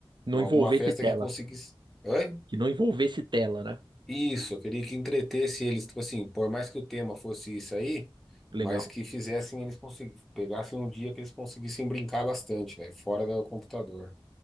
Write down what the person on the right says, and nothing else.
não
envolvesse
tela.
Que não envolvesse tela, né?
Legal.